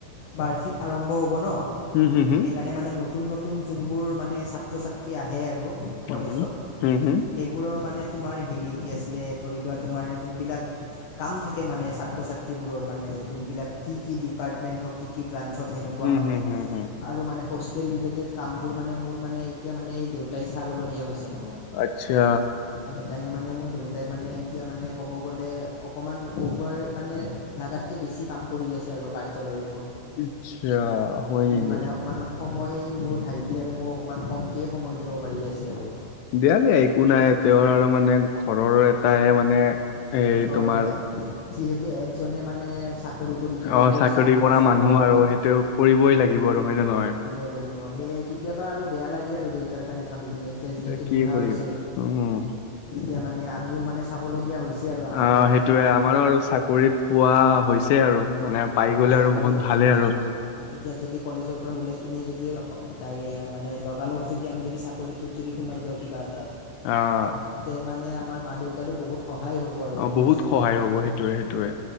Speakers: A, on the left; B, on the left.
A: বাৰ্ষিক আৰম্ভ হ'ব ন।
B: হুম হুম হুম
A: সেইকাৰণে মানে নতুন নতুন যোনবোৰ মানে ছাত্ৰ- ছাত্ৰী আহে আৰু কলেজত
B: উম হুম হুম
A: সেইবোৰৰ মানে তোমাৰ হেৰি কি আছিলে। ধৰি লোৱা তোমাৰ যোনবিলাক কাম থাকে মানে ছাত্ৰ ছাত্ৰীবোৰৰ মানে যোনবিলাক কি কি? ডিপাৰ্টমেণ্ট হওক কি কি ব্ৰাঞ্চত সেনেকুৱা
B: হুম
A: মানে
B: হুম হুম হুম
A: আৰু মানে হোতেল ৰিলেটেড কামবোৰ মানে মোৰ মানে এতিয়া মানে এই দেউতাই চাবলগীয়া হৈছে মানে
B: আচ্ছা
A: সেইকাৰণে মানে মোৰ দেউতাই মানে এতিয়া মানে ক'ব গ'লে অকমান অভাৰ মানে লাগাতকে বেছি কাম কৰি আছে। কাৰ্যালয়
B: আচ্ছা হয় নেকি।
A: মানে অকণমান সময় মোৰ ভাইটি আৰু মোৰ অকণমান কমকে সময়। দিব পাৰি আছে আৰু
B: দিয়া -দিয়া একো নাই তেওঁৰ আৰু মানে ঘৰৰ এটাহে মানে এই
A: হয়
B: তোমাৰ
A: -হয় যিহেতু একজনে মানে চাকৰি কৰি কিনে
B: অ
A: পইচা
B: চাকৰি
A: আনি
B: কৰা
A: আছে
B: মানুহ
A: ঘৰত
B: আৰু সেইটো কৰিবই লাগিব আৰু হয় নে নহয়।
A: ল সে কেতিয়াবা আৰু বেয়া লাগে আৰু দেউতাৰ কাৰণে ভাবি কিনে এতিয়া যিহেতু
B: এ, কি
A: বুঢ়া হৈছে।
B: কৰিবা <inaudible>
A: এতিয়া মানে আমিও মানে চাবলগীয়া হৈছে। আৰু আমাৰ
B: অ
A: দেউতা
B: সেইটোয়ে
A: মাহঁতক
B: আমাৰো আৰু চাকৰি পোৱা হৈছে আৰু। মানে
A: অ
B: পাই গ'লে
A: চাকৰি
B: আৰু বহুত ভালে আৰু
A: এতিয়া যদি কলেজৰ পৰা ওলাই। কিনি যদি তাই মানে লগালগ যদি আমি যদি চাকৰিটোত যদি সোমাই যাওঁ কিবা। ত
B: অ',
A: তে মানে আমাৰ মা দেউতাৰো বহুত। সহায় হ'ব আৰু
B: অ
A: গম
B: বহুত
A: পাইছানে
B: সহায়
A: তুমি
B: হ'ব সেইটোয়ে সেইটোৱে।